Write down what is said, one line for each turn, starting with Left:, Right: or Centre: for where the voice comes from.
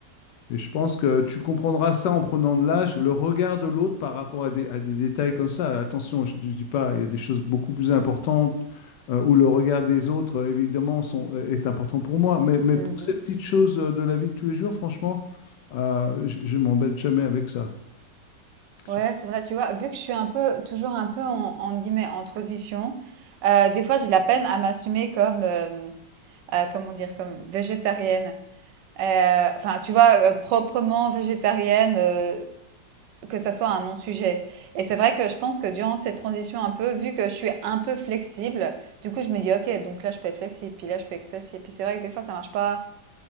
Left: Et je pense que tu comprendras ça en prenant de l'âge, le regard de l'autre par rapport à des, à des détails comme ça. Attention, je ne dis pas, il y a des choses beaucoup plus importantes euh, où le regard des autres, euh, évidemment, sont, euh, est important pour moi. Mais, mais
Right: Mmh
Left: pour ces petites choses euh, de la vie de tous les jours, franchement, euh, je je m'embête jamais avec ça.
Right: Ouais,
Left: Je-
Right: c'est vrai, tu vois? Vu que je suis un peu toujours un peu en entre guillemets «en transition», heu, des fois j'ai de la peine à m'assumer comme, hem, heu, comment dire? Comme végétarienne. Heu, enfin, tu vois, heu, proprement végétarienne, euh, Que ça soit un non-sujet et c'est vrai que je pense que durant cette transition un peu, vu que je suis un peu flexible, du coup, je me dis: «OK, donc là, je peux être flexible, puis là, je peux être flexible». Puis c'est vrai que des fois, ça marche pas